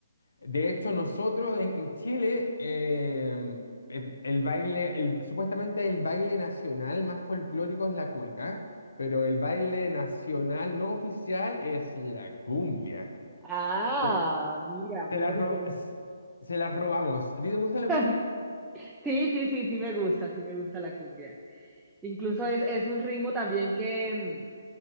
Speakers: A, on the left (about 80°); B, in the centre.
A: De hecho, nosotros en, en Chile, eh, el, el baile, el- supuestamente el baile nacional más folclórico es la cueca, pero el baile nacional no oficial es la cumbia.
B: Ah,
A: Sí.
B: mira,
A: Se
B: mira
A: la, ro-
B: que tenemos.
A: s- se la robamos. ¿A ti te gusta la
B: <laughs>
A: cumbia?
B: Sí, sí, sí, sí me gusta, sí me gusta la cumbia. Incluso es, es un ritmo también que, mm,